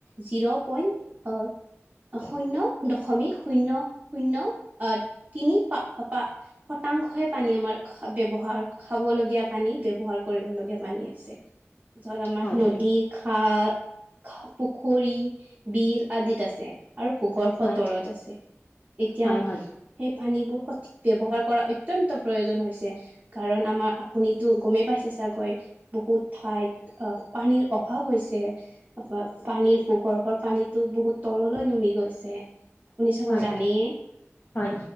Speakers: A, on the right; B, on the left.
A: জিৰ' পইন্ট আহ শূন্য দশমিক শূন্য শূন্য আহ তিনি পা পা শতা তাংশ হে পানী আমাৰ ব্যৱহাৰ খাবলগীয়া পানী ব্যৱহাৰ কৰিবলগীয়া পানী আছে জৰামাহ
B: হয়
A: নদী আহ পুখুৰী, বিল আদিত আছে আৰু ভূগৰ্ভৰ
B: হয়
A: তলত আছে এতিয়া
B: হয় হয়
A: সেই পানীবোৰ সঠিক ব্যৱহাৰ কৰা অত্য অত্যন্ত প্ৰয়োজন হৈছে কাৰণ আমাৰ আপুনিতো গমেই পাইছে চাগৈ বহুত ঠাইত অ পানীৰ অভাৱ হৈছে পানীৰ ভূগৰ্ভৰ পানীতো বহুত তললৈ নুমি গৈছে আপুনি চাগৈ
B: হয়
A: জানেয়
B: হয়